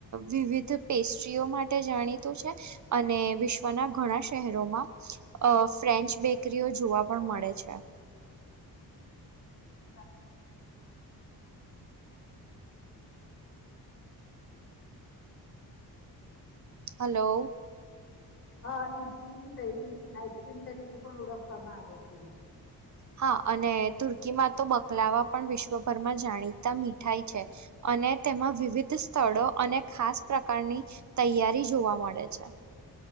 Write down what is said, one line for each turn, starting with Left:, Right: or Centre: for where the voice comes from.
Right: વિવિધ પેસ્ટ્રીઓ માટે જાણીતું છે અને વિશ્વના ઘણા શહેરોમાં અ ફ્રેન્ચ બેકરીઓ જોવા પણ મળે છે
Left: તો આપણે
Right: હલો
Left: હા ડલી ની શૈલી ની આઈસક્રીમ તરીકે પણ ઓળખવામાં આવે છે
Right: હા અને તુર્કીમાં તો બકલાવા પણ વિશ્વભરમાં જાણીતા મીઠાઈ છે અને તેમાં વિવિધ સ્થળો અને ખાસ પ્રકારની તૈયારી જોવા મળે છે